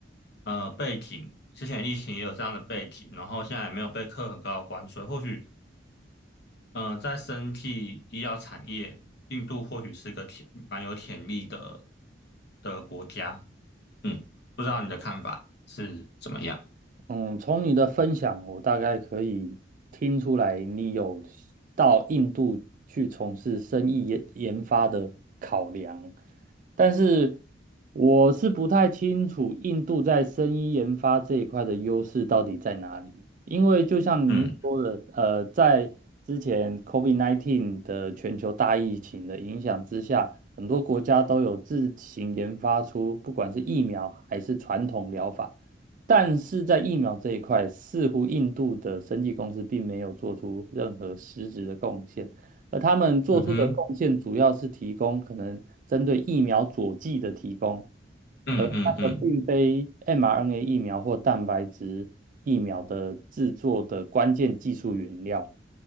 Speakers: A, on the left; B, on the right.
A: 呃背景，之前疫情也有这样的背景，然后现在也没有被课很高的关税，或许呃，在生技医药产业，印度或许是个潜蛮有潜力的的国家。嗯，不知道你的看法是怎么样？
B: 嗯，从你的分享，我大概可以听出来，你有到印度去从事生意研研发的考量，但是我是不太清楚印度在生意研发这一块的优势到底在哪里，因为就像您说的，
A: 嗯
B: 呃，在之前 COVID-19 的全球大疫情的影响之下，很多国家都有自行研发出不管是疫苗还是传统疗法。但是在疫苗这一块，似乎印度的生技公司并没有做出任何实质的贡献，而他们做出的贡献主要是提供可能针对疫苗佐剂的提供，
A: 嗯哼，嗯嗯嗯，
B: 而那个并非 mRNA 疫苗或蛋白质疫苗的制作的关键技术原料。